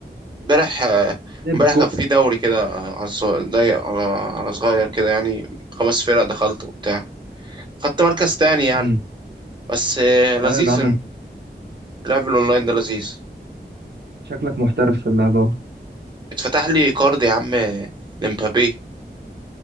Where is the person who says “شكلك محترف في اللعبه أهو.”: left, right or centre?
Right